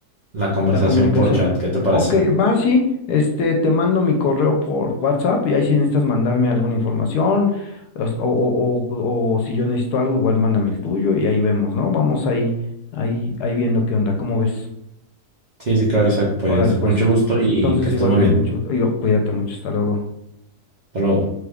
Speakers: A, on the right; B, on the left.
A: la conversación
B: La comunicación.
A: por chat. ¿Qué te parece?
B: Ok, va, sí. Este, te mando mi correo por WhatsApp y ahí si necesitas mandarme alguna información os- o, o- o- o si yo necesito algo, igual mándame el tuyo y ahí vemos, ¿no? Vamos ahí, ahí, ahí viendo qué onda, ¿cómo ves?
A: Sí, sí, claro, Isaac. Pues
B: Órale, pues.
A: mucho gusto y
B: Entonces,
A: que estés
B: igual
A: muy
B: no
A: bien.
B: te mucho. yo, cuídate mucho, hasta luego.
A: Hasta luego.